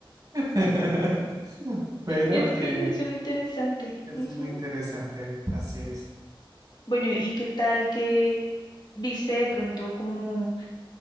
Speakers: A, on the right; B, on the left.
A: <laughs> Pero
B: Es que
A: eh,
B: eso es lo interesante.
A: es
B: Ujú.
A: muy interesante, así es.
B: Bueno, ¿y qué tal que viste de pronto como